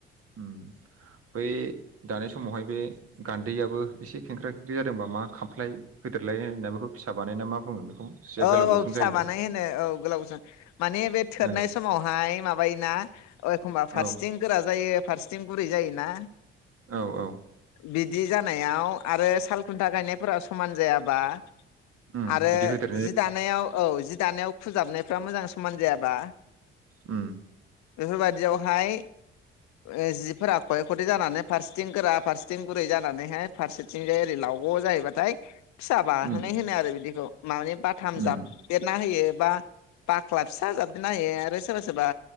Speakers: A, on the right (about 50°); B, on the left (about 65°).
A: उम बै दानाय समावहाय बे गान्दैयाबो एसे खेंख्रा खेंख्रि जादोंबा मा खामफ्लाय होदेरलाय होनना बेखौ फिसा बानायना मा बुङो? बेखौ सिया
B: औ
A: गोलाव
B: औ
A: गुसुं
B: फिसा
A: जायोना
B: बानाय होनो औ गोलाव गुसुं माने बे थोरनाय
A: औ
B: समावहाय माबायोना। ओह एखनबा
A: औ
B: फारसेथिं गोरा जायो। फारसेथिं गुरै जायोना।
A: औ औ
B: बिदि जानायाव आरो साल खुन्था गायनायफोरा समान जायाबा।
A: उम
B: आरो
A: बिदि होदेद
B: जि दानायाव औ जि दानायाव फोजाबनायफ्रा मोजां समान जायाबा।
A: उम
B: बेफोरबायदियावहाय ओ-जिफोरा खये खथे जानानै फारसेथिं गोरा फारसेथिं गुरै जानानैहाय फारसेथिंजाय ओरै लावग' जाहैबाथाय। फिसा बाहोनाय
A: उम
B: होनो आरो बिदिखौ। माबे बाथाम
A: उम
B: जाब देरना होयो। बा बाख्ला फिसाजाबदेरना होयो आरो सोरबा सोरबा